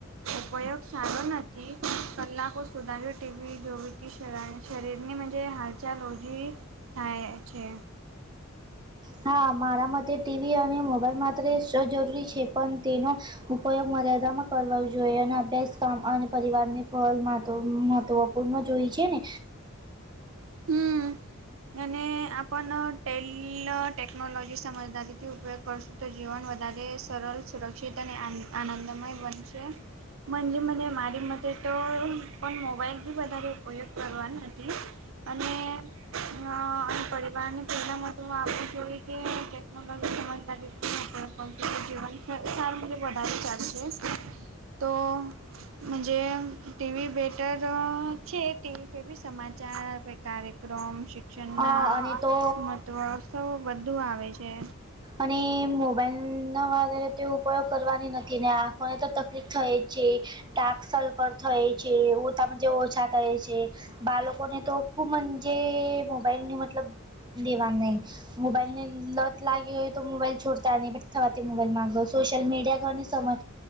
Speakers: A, on the right; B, on the right.
A: ઉપયોગ સારો નથી કલાકો સુધાર ટીવી જોવીતી શ શરીરની મજે હાલચાલ ઓજી થાય છે.
B: હા મારા મતે ટીવી અને મોબાઈલ માત્ર સ જરૂરી છે પણ તેનો ઉપયોગ મર્યાદામાં કરવા જોઈએ અને અભ્યાસ કામ અને પરિવારને <unintelligible> પૂર્ણ જોઈ છે ને
A: હમ અને આપ ટેલ ટેકનોલોજી સમજદારીથી ઉપયોગ કરશું તો જીવન વધારે સરળ સુરક્ષિત અને આનં આનંદમય બનશે મજે મને મારી મતે તો પણ મોબાઈલ બી વધારે ઉપયોગ કરવા નથી અને અને પરિવારની પહેલા તો આપ જોય કે ટેકનોલોજી <unintelligible> <unintelligible> જીવનાર વધારે ચાલશે તો મજે ટીવી બેટર છે ટીવી પે બી સમાચાર પે કાર્યક્રમ શિક્ષણ
B: હા
A: ના
B: અને
A: મહત્વ
B: તો
A: સૌ બધુઆવે છે.
B: અને મોબાઈલ ન વધારે તે ઉપયોગ કરવાની નથી ને આંખોને તો તકલીફ થાય જ છે. ડાકૅ સકૅલ થાય છે ઉતામાં જે ઓછા થાય છે બાલકોને તો હું મજે મોબાઈલ ની મતલબ લેવા ન મોબાઈલને લત લાગે મોબાઈલ છોડતા નહી થવાથી મોબાઈલ માંગો સોશિલ મીડિયા ઘવા સમય